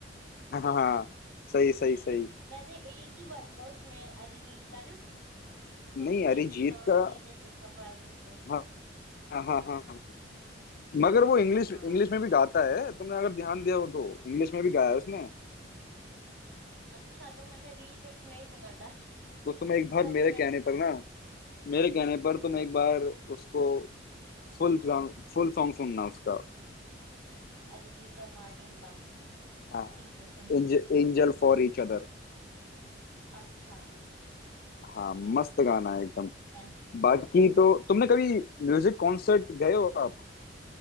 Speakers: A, on the left; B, on the right.
A: हाँ सही सही सही
B: वैसे एक ही वर्ड्स है उसमें अरिजीत का ना सुन
A: नहीं
B: मेरी
A: अरिजीत
B: जान
A: का
B: जीने से खबर है तू क्यों
A: हाँ हाँ हाँ हाँ। मगर वो इंग्लिश
B: हाँ
A: इंग्लिश में भी गाता है तुमने अगर ध्यान दिया हो तो इंग्लिश में भी गाया है उसने
B: अच्छा तो मैंने रील पे इतना ही सुना था
A: तो तुम
B: <laughs>
A: एक बार
B: तभी
A: मेरे
B: मैंने
A: कहने
B: बोला
A: पर ना मेरे कहने पर तुम एक बार उसको फुल फुल सॉन्ग सुनना उसका
B: अरिजीत और मार्टिन का
A: हाँ
B: ठीक है सुनूंगी
A: Angel for each other
B: अच्छा
A: हाँ
B: ठीक
A: मस्त
B: है
A: गाना है एकदम
B: डन
A: बाकी तो तुमने कभी म्यूजिक कॉन्सर्ट गए हो आप